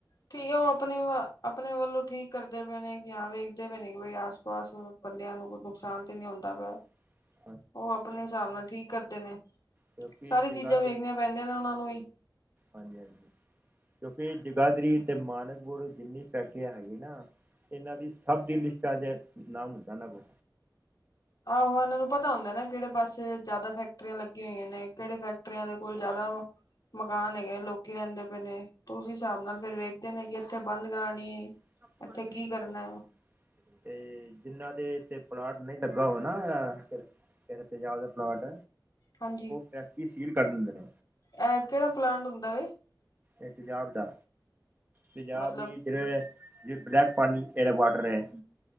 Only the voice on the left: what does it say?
ਠੀਕ ਆ, ਉਹ ਆਪਣੀ ਵਾ ਅਪਨੇ ਵੱਲੋਂ ਠੀਕ ਕਰਦੇ ਪਏ ਨੇ, ਕੀ ਹਾਂ, ਵੇਖਦੇ ਪਏ ਨੇ ਕਿ, ਬਈ ਆਸ-ਪਾਸ ਬੰਦਿਆਂ ਨੂੰ ਕੋਈ ਨੁਕਸਾਨ ਤੇ ਨਹੀਂ ਹੁੰਦਾ ਪਿਆ।
ਉਹ ਆਪਣੇ ਹਿਸਾਬ ਨਾਲ ਠੀਕ ਕਰਦੇ ਨੇ,
ਸਾਰੀ
ਚੀਜ਼ਾਂ ਵੇਖਣੀਆਂ ਪੈਂਦੀਆਂ ਨੇ, ਉਹਨਾਂ ਨੂੰ ਵੀ
ਆਹੋ ਇਹਨਾਂ ਨੂੰ ਪਤਾ ਹੁੰਦਾ ਨਾ, ਕਿਹੜੇ ਪਾਸੇ ਜਿਆਦਾ ਫੈਕਟਰੀਆਂ ਲੱਗੀਆਂ ਹੋਈਆਂ ਨੇ, ਕਿਹੜੇ ਫੈਕਟਰੀਆਂ ਦੇ ਕੋਲ ਜਿਆਦਾ ਮਕਾਨ ਹੈਗੇ ਨੇ, ਲੋਕੀ ਰਹਿੰਦੇ ਪਏ ਨੇ, ਤੇ ਉਸ ਹਿਸਾਬ ਨਾਲ ਫਿਰ ਵੇਖਦੇ ਨੇ, ਕਿ ਇੱਥੇ ਬੰਦ ਕਰਾਣੀ
ਇੱਥੇ ਕੀ ਕਰਨਾ
ਹਾਂਜੀ
ਐ, ਕਿਹੜਾ ਪਲਾਂਟ ਹੁੰਦਾ ਵੇ
ਮਤਲਬ